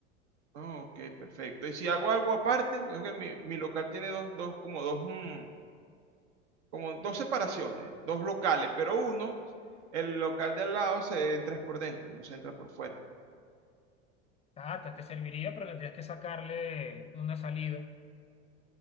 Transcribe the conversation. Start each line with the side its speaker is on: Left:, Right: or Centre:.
Right: ah, ok, perfecto. Y si hago algo aparte, creo que mi, mi local tiene dos, dos, como dos, mm, como dos separaciones, dos locales, pero uno, el local de al lado se entra es por dentro, no se entra por fuera.
Left: Tata, te serviría, pero tendrías que sacarle una salida.